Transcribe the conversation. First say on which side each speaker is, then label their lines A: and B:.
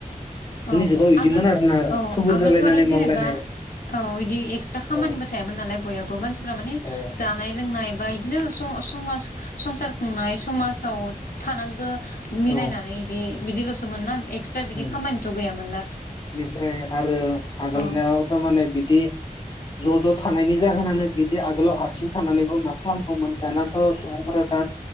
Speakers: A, on the left; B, on the left.
A: औ
B: जुगाव इदिमोन
A: आगोल
B: आरोना
A: औ
B: थुबुर
A: आगोलथ'
B: जालायनानै
A: आरो जेनेबा
B: मावलायनाय
A: औ बिदि एक्सट्रा खामानिबो
B: औ
A: थायामोन नालाय बयहाबो मानसिफ माने
B: औ
A: जानाय लोंनाय बा बिदिनो समाज संसार खुंनाय समाजाव थानांगौ मिलायनानै
B: औ
A: बिदि बिदि मोन ना एक्सट्रा बिदि
B: उम
A: खामानिथ' गयामोन
B: बेनिफ्राय आरो आगोलनाव
A: औ
B: थारमाने बिदि ज' ज' थानायनि जाहोनानो बिदि आगोलाव हारसिं थानानैबो मा खालामगौमोन दानाथ' सुबुंफोरा दा